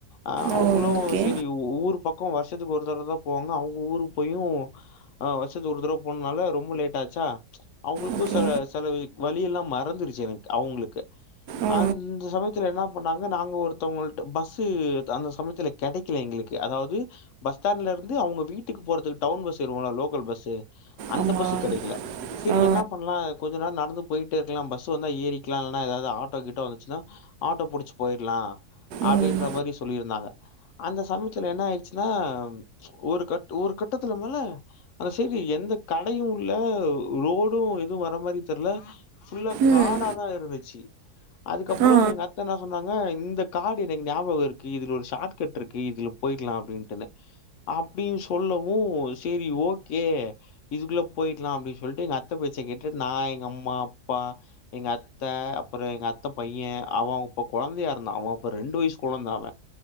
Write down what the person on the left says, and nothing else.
அ அவுங்களு
செரி ஊர் பக்கொ வர்ஷத்துக்கு ஒருத்தரவதா போவாங்க அவுங்க ஊருக்கு போயு வ வருசத்து ஒரு தடவை போனன்னால ரொம்ப லேட் ஆச்சா அவங்களுக்கு
சல சல வழி எல்லாம் ம மறந்துருச்சு எனக் அவுங்ளுக்கு
அந் சமயத்துல என்னா பண்ணாங்க நாங்க ஒருத்தவங்கள்ட்ட பஸ்ஸு அந்த சமயத்துலக் கெடைக்கல எங்களுக்கு அதாவ்து பஸ் ஸ்டாண்ட்லருந்து அவுங்க வீட்டுக்கு போறதுக்கு டவுன் பஸ் வருவொல்ல லோக்கல் பஸ்ஸு அந்த
பஸ் கெடைக்குல சரி
என்னாப்பண்லா கொஞ்சொ நேரொ நடந்து பொய்ட்டேருக்கலா பஸ் சோ இந்தா ஏரிக்லா இல்னா எதாவ்து ஆட்டோ கிட்ட வந்துச்சுன்னா ஆட்டோ புடிச்சு பொய்ட்லா அப்படின்ற
மாரி சொல்ருந்தாங்க அந்த சமயத்துல என்னாயிடுச்சுன்னா ஒரு கட் ஒரு கட்டத்துல மேல அந்த செய்டு எந்த கடையு இல்ல உள்ள ரோடு எதுவு வர மாரி தெர்ல ஃபுல்லா
காடாதா இருந்துச்சு அதுக்கப்பற
எங்க அத்த என்னா சொன்னாங்க இந்த காடு எனக் ஞாபகொ இருக்கு இதுல ஒரு ஷாக் கட்ருக்கு இதுல போய்ட்லா அப்டின்ட்டுன்னு அப்டின் சொல்லவு செரி ஓக்கே இதுக்குள்ள போயிட்லா அப்டி சொல்ட்டு எங்க அத்த பேச்ச கேட்டு நா எங்க அம்மா அப்பா எங்க அத்த அப்பற எங்க அத்தை பைய அவன் அப்ப கொழந்தையா இருந்தா அவன் அப்ப ரெண்டு வய்சு கொழந்த அவெ